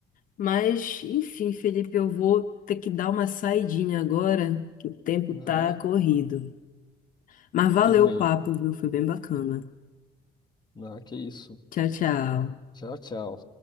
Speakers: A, on the left; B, on the left.
A: Mas, enfim, Felipe, eu vou ter que dar uma saidinha agora, que o tempo tá
B: Ah,
A: corrido. Mas valeu
B: tudo bem.
A: o papo, viu? Foi bem bacana.
B: Ah, que isso.
A: Tchau, tchau.
B: Tchau, tchau.